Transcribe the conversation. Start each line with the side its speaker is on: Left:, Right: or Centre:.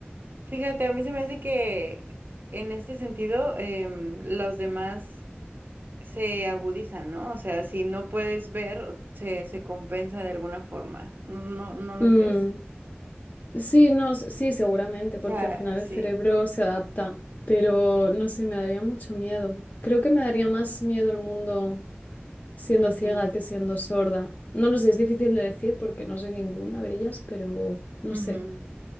Right: fíjate, a mí se me hace que en este sentido em, los demás se agudizan, ¿no? O sea, si no puedes ver, se, se compensa de alguna forma. ¿No, no, no lo
Left: Mm,
Right: crees?
Left: sí, no, s- sí, seguramente,
Right: O
Left: porque
Right: sea,
Left: al final
Right: sí.
Left: el cerebro se adapta, pero no sé, me daría mucho miedo. Creo que me daría más miedo el mundo siendo
Right: Ujú,
Left: ciega que siendo sorda. No lo sé, es difícil de decir porque no soy ninguna de ellas, pero no
Right: ujú,
Left: sé.